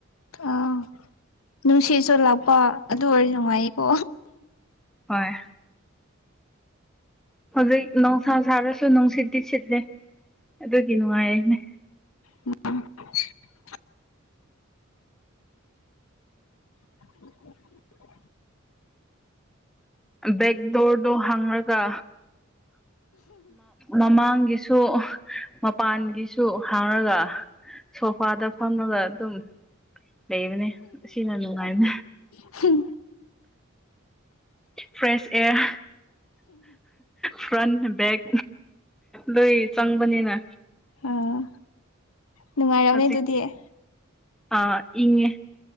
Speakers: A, on the left; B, in the centre.
A: ꯑꯥ ꯅꯨꯡꯁꯤꯠꯁꯨ ꯂꯥꯛꯄ ꯑꯗꯨ ꯑꯣꯏꯔꯗꯤ ꯅꯨꯡꯉꯥꯏꯀꯣ
B: ꯍꯣꯏ ꯍꯧꯖꯤꯛ ꯅ‌ꯣꯡꯁꯥ ꯁꯥꯔꯁꯨ ꯅꯨꯡꯁꯤꯠꯇꯤ ꯁꯤꯠꯂꯦ ꯑꯗꯨꯒꯤ ꯅꯨꯡꯉꯥꯏꯔꯤꯅꯦ
A: ꯎꯝ <unintelligible> <inaudible> <unintelligible>
B: ꯕꯦꯛꯗꯣꯔꯗꯣ ꯍꯥꯡꯉꯒ ꯃꯃꯥꯡꯒꯤ ꯁꯨ ꯃꯄꯥꯟꯒꯤꯁꯨ ꯍꯥꯡꯉꯒ ꯁꯣꯐꯥꯗ ꯐꯝꯃꯒ ꯑꯗꯨꯝ ꯂꯩꯕꯅꯤ ꯑꯁꯤꯅ ꯅꯨꯡꯉꯥꯏꯕꯅ
A: ꯍꯝ
B: ꯐ꯭ꯔꯦꯁ ꯑꯦꯔ꯫ ꯐ꯭ꯔꯟ ꯕꯦꯛ ꯂꯣꯏ ꯆꯪꯕꯅꯤꯅ꯫
A: ꯑꯥ ꯅꯨꯡꯉꯥꯏꯔꯝꯅꯤ
B: ꯍꯖꯤꯛ
A: ꯑꯗꯨꯗꯤ ꯑꯥ
B: ꯑ ꯏꯉꯦ꯫